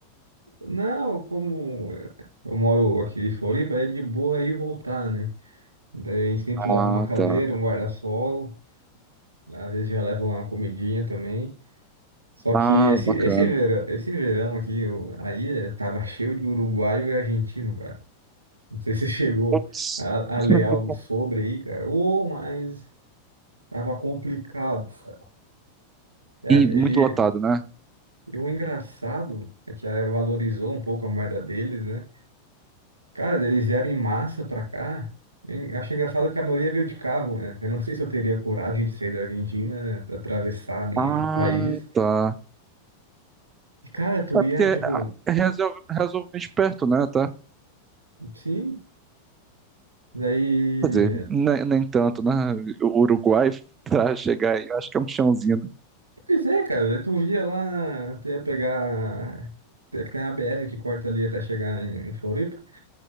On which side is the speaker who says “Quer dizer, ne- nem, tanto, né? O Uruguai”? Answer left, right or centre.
Right